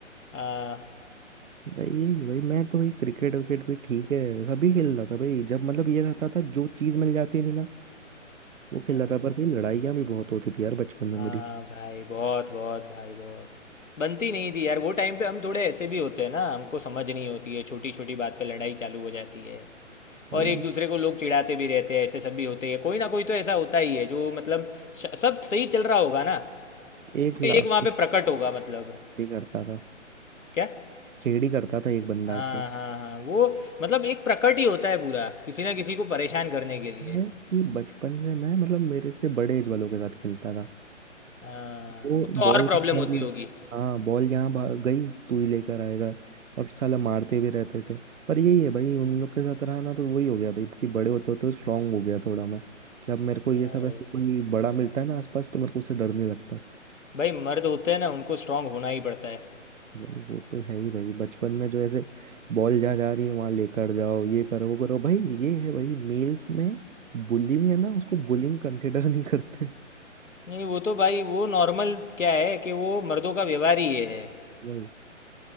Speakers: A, on the left; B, on the right.
A: हाँ
B: भाई यही भाई मैं तो भाई क्रिकेट विकेट भी ठीक है सभी खेलता था भाई जब मतलब ये रहता था जो चीज़ मिल जाती थी ना वो खेलता
A: हाँ
B: था पर भाई लड़ाइयाँ भी बहुत होती थी यार बचपन में
A: हाँ
B: मेरी
A: भाई बहुत बहुत भाई बहुत बनती नहीं थी यार वो टाइम पे हम थोड़े ऐसे भी होते हैं ना हमको समझ नहीं होती है छोटी छोटी बात पे लड़ाई चालू हो जाती है
B: भाई,
A: और एक दूसरे को लोग चिढ़ाते भी रहते हैं ऐसे सब भी होते हैं कोई ना कोई तो ऐसा होता ही है जो मतलब श- सब सही चल रहा होगा ना
B: एक
A: कोई
B: लाख
A: एक वहाँ पे प्रकट होगा मतलब
B: ही करता था
A: क्या
B: खेड़ी करता था एक बंदा
A: हाँ
B: के
A: हाँ हाँ वो मतलब एक प्रकट ही होता है पूरा किसी ना किसी को परेशान करने के लिए
B: मैं कि बचपन से मैं मतलब मेरे से बड़े एज वालों के साथ खेलता था
A: हाँ
B: वो
A: तो, तो
B: बॉल
A: और प्रॉब्लम
B: यार
A: होती होगी
B: हाँ बॉल यहाँ भा- गई तू ही लेकर आएगा और साला मारते भी रहते थे पर यही है भाई उन लोग के साथ रहा ना तो वही हो गया भाई कि बड़े होते होते स्ट्रांग हो गया थोड़ा मैं कि अब मेरे को
A: हाँ
B: ये सब
A: भाई
B: ऐसे कोई बड़ा मिलता है ना आसपास तो मेरे को उससे डर नहीं लगता
A: भाई मर्द होते हैं ना उनको स्ट्रांग होना ही पड़ता है
B: वो वो तो है ही भाई बचपन में जो ऐसे बॉल जहाँ जा रही है वहाँ लेकर जाओ ये करो वो करो भाई ये है भाई मेल्स में बुलिंग है ना उसको बुलिंग कंसिडर नहीं करते <laughs>
A: नहीं वो तो भाई वो नॉर्मल क्या है कि वो मर्दों का व्यवहार ही ये है
B: भाई